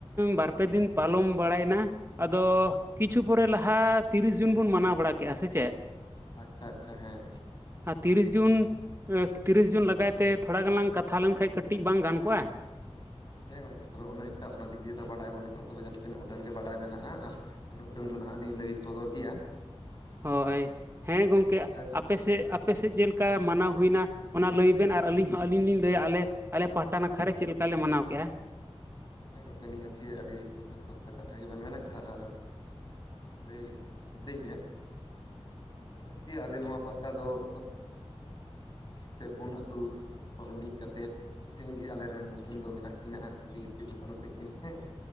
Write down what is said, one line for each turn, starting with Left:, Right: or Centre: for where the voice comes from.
Right: ᱵᱟᱨᱼᱯᱮ ᱫᱤᱱ ᱯᱟᱞᱚᱢ ᱵᱟᱲᱟᱭᱮᱱᱟ ᱟᱫᱚ ᱠᱤᱪᱷᱩ ᱯᱚᱨᱮ ᱞᱟᱦᱟ ᱛᱤᱨᱤᱥ ᱡᱩᱱ ᱵᱚᱱ ᱢᱟᱱᱟᱣ ᱵᱟᱲᱟ ᱠᱮᱜᱼᱟ ᱥᱮ ᱪᱮᱫ
Left: ᱟᱪᱪᱷᱟ ᱟᱪᱪᱷᱟ ᱦᱮᱸ
Right: ᱟᱨ ᱛᱤᱨᱤᱥ ᱡᱩᱱ, ᱛᱤᱨᱤᱥ ᱡᱩᱱ ᱞᱟᱜᱟᱭ ᱛᱮ ᱛᱷᱳᱲᱟ ᱜᱟᱱ ᱞᱟᱝ ᱠᱟᱛᱷᱟ ᱞᱮᱱᱠᱟᱱ ᱠᱟᱹᱴᱤᱜ ᱵᱟᱝ ᱜᱟᱱ ᱠᱚᱜᱼᱟ?
Left: ᱦᱮᱸ ᱜᱚᱝᱠᱮ ᱛᱚᱵᱮ ᱩᱱᱟᱹᱜ ᱮᱠᱴᱟ ᱚᱱᱟ ᱫᱤᱠᱭᱮ ᱫᱚ ᱵᱟᱰᱟᱭ ᱵᱟᱹᱱᱩᱜᱼᱟ ᱛᱚᱵᱮ ᱡᱟᱦᱟᱸ ᱛᱤᱱᱟᱹᱜ ᱩᱰᱟᱹᱝ ᱜᱮ ᱵᱟᱰᱟᱭ ᱢᱮᱱᱟᱜᱼᱟ᱾ ᱩᱱᱟᱹᱜ ᱩᱰᱟᱹᱝ ᱫᱚ ᱱᱟᱦᱟᱸᱜ ᱞᱤᱧ ᱞᱟᱹᱭ ᱥᱚᱫᱚᱨ ᱜᱮᱭᱟ᱾
Right: ᱦᱳᱭ ᱦᱮᱸ ᱜᱚᱝᱠᱮ
Left: ᱟᱪᱪᱷᱟ
Right: ᱟᱯᱮ ᱥᱮᱫ ᱟᱯᱮ ᱥᱮᱫ ᱪᱮᱫ ᱞᱮᱠᱟ ᱢᱟᱱᱟᱣ ᱦᱩᱭᱱᱟ? ᱚᱱᱟ ᱞᱟᱹᱭ ᱵᱮᱱ ᱟᱨ ᱟᱹᱞᱤᱧ ᱦᱚᱸ ᱟᱹᱞᱤᱧ ᱞᱤᱧ ᱞᱟᱹᱭᱟ ᱟᱞᱮ ᱟᱞᱮ ᱯᱟᱦᱟᱴᱟ ᱱᱟᱠᱷᱟ ᱨᱮ ᱪᱮᱫ ᱞᱮᱠᱟ ᱞᱮ ᱢᱟᱱᱟᱣ ᱠᱮᱜᱼᱟ᱾
Left: ᱟᱪᱪᱷᱟ ᱦᱮᱸ ᱜᱚᱝᱠᱮ ᱱᱤᱦᱟᱹᱛ ᱜᱮ ᱟᱹᱰᱤ ᱡᱚᱛᱷᱟᱛ ᱠᱟᱛᱷᱟ ᱜᱮᱵᱮᱱ ᱢᱮᱱ ᱟᱠᱟᱫᱟ ᱟᱨ᱾ ᱞᱟᱹᱭ ᱦᱚᱸ ᱞᱤᱧ ᱞᱟᱹᱭ ᱜᱮᱭᱟ ᱮ ᱱᱤᱦᱟᱹᱛ ᱜᱮ ᱟᱞᱮ ᱱᱚᱣᱟ ᱯᱟᱦᱴᱟ ᱫᱚ ᱾ ᱯᱮ ᱯᱩᱱ ᱟᱹᱛᱩ ᱦᱚᱲ ᱢᱤᱫ ᱠᱟᱛᱮᱫᱼᱼ ᱢᱤᱫᱴᱷᱮᱱ ᱜᱮ ᱟᱞᱮᱨᱮᱱ ᱢᱩᱴᱷᱟᱹᱱ ᱫᱚ ᱢᱮᱱᱟᱜ ᱠᱤᱱᱟ ᱵᱤᱨ ᱥᱤᱫᱚ ᱠᱟᱹᱱᱦᱩ ᱛᱟᱹᱠᱤᱱ ᱦᱮᱸᱼᱼ